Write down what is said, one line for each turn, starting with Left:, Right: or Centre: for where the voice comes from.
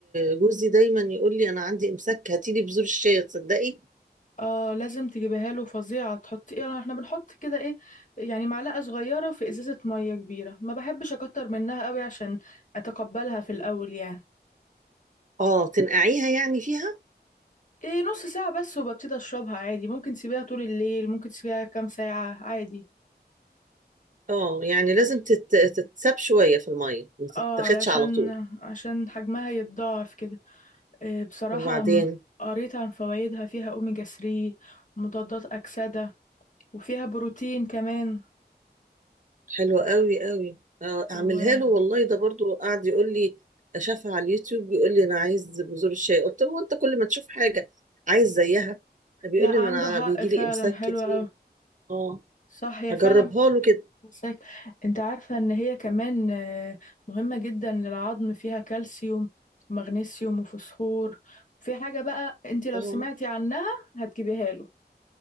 Right: جوزي دايما يقول لي انا عندي امساك هاتي لي بذور الشيا تصدقي
Left: اه لازم تجيبيها له فظيعة تحطي ايه احنا بنحط كده ايه يعني معلقة صغيرة في ازازة مية كبيرة ما بحبش اكتر منها قوي عشان اتقبلها في الاول يعني
Right: اه تنقعيها يعني فيها
Left: ايه نص ساعة بس وببتدي اشربها عادي ممكن تسيبيها طول الليل ممكن تسيبيها كام ساعة عادي
Right: اه يعني لازم تت... تتساب شويه في الميه ما تتاخدش
Left: اه علشان
Right: على طول
Left: عشان حجمها يتضاعف كده إيه بصراحة
Right: وبعدين
Left: م- قريت عن فوائدها فيها اوميجا 3 مضادات اكسدة وفيها بروتين كمان
Right: حلو قوي قوي آه،
Left: و
Right: اعملها له والله ده برضو قاعد يقول لي شافها على اليوتيوب بيقول لي انا عايز بذور الشاي قلت له انت كل ما تشوف حاجه عايز زيها بيقول
Left: لا عنده
Right: لي ما انا
Left: حق
Right: بيجي
Left: فعلا
Right: لي امساك
Left: حلوة
Right: كتير
Left: أوي
Right: اه
Left: صح هي
Right: هجربها
Left: فعلا
Right: له كده
Left: مساك انت عارفة ان هي كمان آه، مهمة جدا للعظم فيها كالسيوم ومغنيسيوم وفوسفور في حاجة بقى انت لو
Right: اه
Left: سمعتي عنها هتجيبيها له